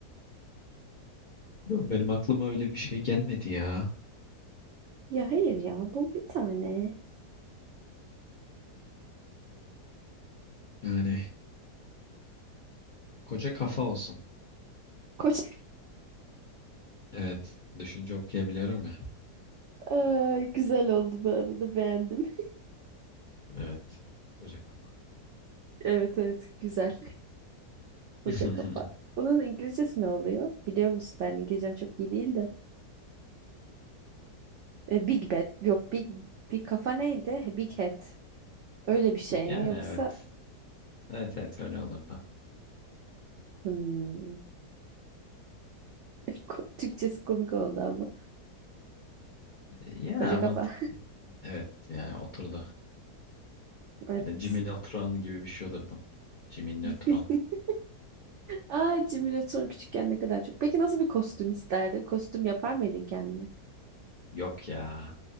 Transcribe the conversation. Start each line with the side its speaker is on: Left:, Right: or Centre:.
Left: bilmiyorum benim aklıma öyle bir şey gelmedi ya.
Right: Ya hayır ya bul bir tane.
Left: Yani koca kafa olsun.
Right: Koç.
Left: Evet düşünce okuyabiliyorum ya.
Right: <laughs> Aa, güzel oldu bu arada beğendim. <laughs>
Left: Evet koca kafa.
Right: Evet evet güzel. Koca
Left: <laughs>
Right: kafa. Bunun İngilizcesi ne oluyor? Biliyor musun ben İngilizcem çok iyi değil de. E, Big Bad yok Big bir kafa neydi? Big Head. Öyle bir şey
Left: Yani
Right: mi yoksa
Left: evet. Evet evet öyle olurdu.
Right: hmm, ko- Türkçesi komik oldu ama.
Left: E, Ya
Right: Koca
Left: ama
Right: kafa.
Left: t-
Right: <laughs>
Left: evet yani oturdu.
Right: Evet.
Left: Böyle Jimmy Neutron gibi bir şey olurdum. Jimmy Neutron.
Right: <laughs> Aa Jimmy Neutron küçükken ne kadar çok. Peki nasıl bir kostüm isterdin? Kostüm yapar mıydın kendine?
Left: Yok ya.